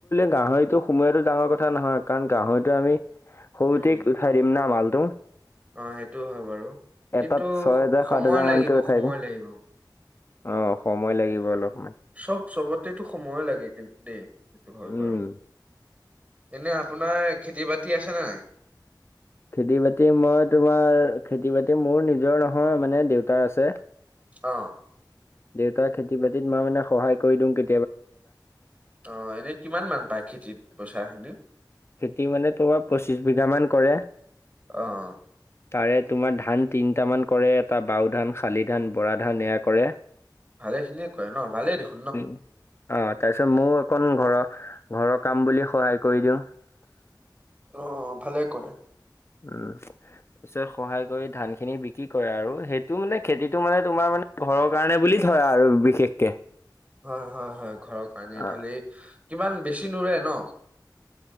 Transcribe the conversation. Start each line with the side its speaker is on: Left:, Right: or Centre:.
Left: গাহৰিতটো সোমোৱাটো ডাঙৰ কথা কাৰণ গাহৰিতটো আমি সৰুতে
Right: উম
Left: <unintelligible> মাল টো।
Right: অ', সেইটো হয় বাৰু
Left: এটাত
Right: কিন্তু
Left: ছয় হেজাৰ সাত
Right: সময়
Left: হেজাৰ
Right: লাগিব
Left: মানকে উঠাই
Right: সময়
Left: দিম
Right: লাগিব
Left: অ', সময় লাগিব অলপমান।
Right: চব চবতেতটো সময়ো লাগে কিন্তু দেই সেইটো হয়
Left: উম
Right: বাৰু এনে আপোনাৰ খেতি বাতি আছেনে নাই?
Left: খেতি বাতি মই তোমাৰ খেতি বাতি মোৰ নিজৰ নহয় মানে দেউতাৰ আছে।
Right: অ'।
Left: দেউতাক খেতি বাতিত মই মানে সহায় কৰি দিওঁ কে
Right: অ', এনে কিমান মান পায় খেতিত পইচা খিনি
Left: খেতি মানে তোমাৰ পঁচিশ বিঘা মান কৰে
Right: অ'।
Left: তাৰে তোমাৰ ধান তিনটামান কৰে এটা বাও ধান শালি ধান বৰা ধান এয়া কৰে
Right: ভালে খিনিয়ে কয় ন ভালেই দেখ
Left: উ অ', তাৰপিছত মইও অকন ঘৰৰ ঘৰৰ কাম বুলি সহায় কৰি দিওঁ। <unintelligible>
Right: অ', ভালেই কৰে।
Left: উম। পিচত সহায় কৰি ধান খিনি বিক্ৰী কৰে আৰু, সেইটো মানে খেতিটো মানে তোমাৰ মানে ঘৰৰ কাৰণে বুলি ধৰা আৰু বিশেষকে।
Right: হয় হয় হয়, ঘৰৰ কাৰণে
Left: অ
Right: ভালেই, কিমান বেছি নুৰে ন?